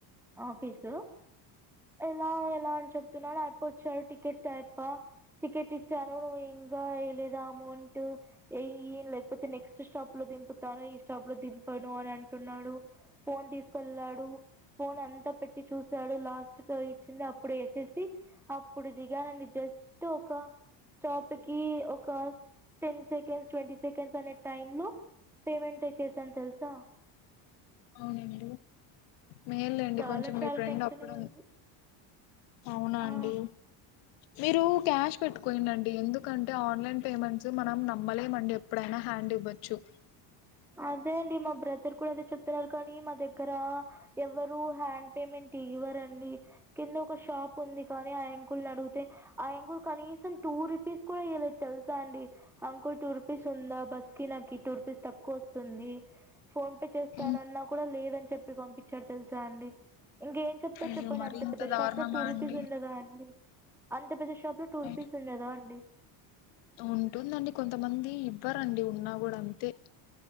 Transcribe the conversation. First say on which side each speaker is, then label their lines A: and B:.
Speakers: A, in the centre; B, on the left.
A: ఆఫీసు ఎలా ఎలా అని చెప్తున్నాడు వచ్చాారు టికెట్ టైప్ప టికెట్ ఇచ్చాను నువ్వు ఇంకా వెలేద అమోన్ ట్ ఏయ్ లేకపోతే నెక్స్ట్ స్టాప్ లో దింపుతాను ఈ స్టాప్ లో దింపాను అని అంటున్నాడు ఫోన్ తీసుకెళ్లాడు ఫోన్ అంతా పెట్టి చూసాడు లాస్ట్ క ఇచ్చింది అప్పుడు వేసేసి అప్పుడు దిగానండి జస్ టు అ ఒక స్టాప్కిికి ఒక టెన్ సెకండ్స్ ట్వంటీ సెకండ్స్ అనే టైమ్ లో పేమెంట్ వచ్చసాను తెలుసా
B: అవునండి మేల్ండి
A: చాలా
B: కొంచెం
A: చాలా
B: మీ ఫ్రెండ్
A: టెన్షన్
B: అప్పుడు
A: అయ్యింది
B: అవునా అండి
A: ఆ
B: మీరు క్యాష్ పెట్టుకొండి అండి ఎందుకంటే ఆన్లైన్ పేమెంట్స్ మనం నమ్మలేమండి ఎప్పుడైనా హ్యాండ్ ఇవ్వొచ్చు
A: అదే అండి మా బ్రదర్ కూడా అదే చెప్తున్నారు కానీ మా దగ్గర ఎవ్వరు హ్యాండ్ పేమెంట్ ఇయ్య వరండి కింద ఒక షాప్ ఉంది కానీ ఆయంకుల్ని అడిగితే ఆయంకుల్ కనీసం టూ రు పిస్ కూడా ఈయ్యలేదు తెలుసా అండి అంకుల్ టూర్పీస్ ఉందా బస్ కి నాకి టూర్పీస్ తక్ వస్తుంది ఫోన్ పే చేస్తానన్నా
B: హ్మ్.
A: కూడా లేదని చెప్పి పంపించారు తెలుసా అండి ఇంకేం చెప్తారు
B: అయ్యో
A: చెప్పండి
B: మరి
A: అంత
B: ఇంత
A: పెద్ద
B: దారుణమా
A: షాప్ లో టూ రూపీస్
B: అండి
A: ఉడదాండి అంత పెద్ద షా షాప్ లో టూ రూపీస్
B: అ
A: ఉండదా అండి
B: ఉంటుందండి కొంతమంది ఇవ్వరండి ఉన్నా కూడా అంతే